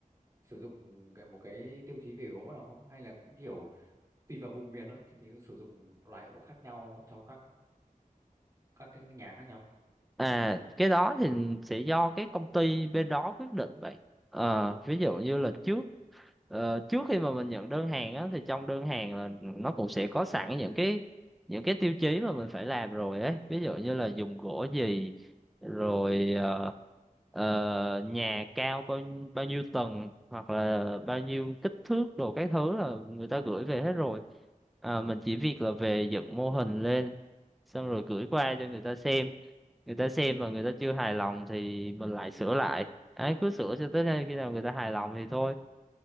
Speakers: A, on the right; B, in the centre.
A: sử dụng cái một cái tiêu chí về gỗ nào không hay là cũng kiểu tùy vào vùng miền thôi thì mình sẽ sử dụng loại gỗ khác nhau cho các các cái nhà khác nhau
B: à cái đó thì sẽ do cái công ty bên đó quyết định vậy Ờ, ví dụ như là trước Ờ, trước khi mà mình nhận đơn hàng á thì trong đơn hàng là nó cũng sẽ có sẵn những cái những cái tiêu chí mà mình phải làm rồi ấy ví dụ như là dùng gỗ gì rồi ờ, ờ, nhà cao bao bao nhiêu tầng hoặc là bao nhiêu kích thước đồ các thứ là người ta gửi về hết rồi à, mình chỉ việc là về dựng mô hình lên xong rồi gửi qua cho người ta xem người ta xem mà người ta chưa hài lòng thì mình lại sửa lại ấy cứ sửa cho tới nơi khi nào người ta hài lòng thì thôi